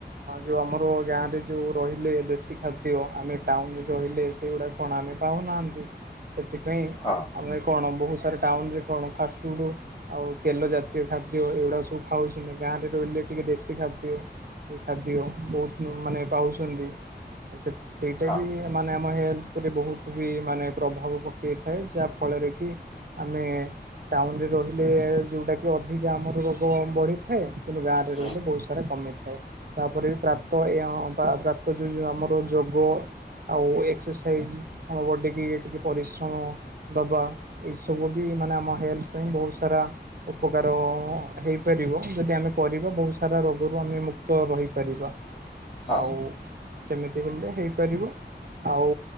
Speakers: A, on the right; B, on the left.
A: ଯଉ ଆମର ଗାଁ ରେ ଯଉ ରହିଲେ, ଦେଶୀ ଖାଦ୍ୟ ଆମେ ଟାଉନରେ ରହିଲେ ସେଇଗୁଡାକ କଣ ଆମେ ପାଉନୁ ସେଥିପାଇଁ
B: ହଁ
A: ଆମେ କଣ ବହୁ ସାରା ଟାଉନରେ କଣା ଆଉ ତେଲ ଜାତୀୟ ଖାଦ୍ୟ ଏଗୁଡା ସବୁ ଖାଉଛୁନି, ଗାଁରେ ରହିଲେ ଟିକେ ଦେଶୀ ଖାଦ୍ୟ ଏ ଖାଦ୍ୟ ବହୁତ ମାନେ ପାଉଛନ୍ତି ଆଉ ସେଇଟା
B: ହଁ
A: ବି ମାନେ ଆମ ହେଲ୍ଥ ଉପରେ ବହୁତ ବି ମାନେ ପ୍ରଭାବ ପକାଇଥାଏ, ଯାହା ଫଳରେ କି ଆମେ ଟାଉନରେ ରହିଲେ ଯେଉଁଟାକି ଅଧିକା ଆମର ରୋଗ ବଢ଼ିଥାଏ କିନ୍ତୁ ଗାଁରେ
B: ହଁ
A: ରହିଲେ ବହୁତ ସାରା କମେଇଥାଏ ତାପରେ ବି ପ୍ରାପ୍ତ ପ୍ରାପ୍ ଯେଉଉ ଆମର ଯୋଗ ଆଉ ଏକ୍ସରସାଇଜ ଆମ ବଡି କି ଟିକେ ପରିଶ୍ରମ ଦବା ଏଇସବୁ ବି ମାନେ ଆମ ହେଲଥ ବହୁତ ସାରା ଉପକାର ହେଇପାରିବ, ଯଦି ଆମେ କରିବା ବହୁତ ସାରା ରୋଗରୁ ଆମେ ମୁକ୍ତ ରହିପାରିବା
B: ହଁ
A: ଆଉ ସେମି ସେ ହେଲେ ହେଇପାରିବ, ଆଉ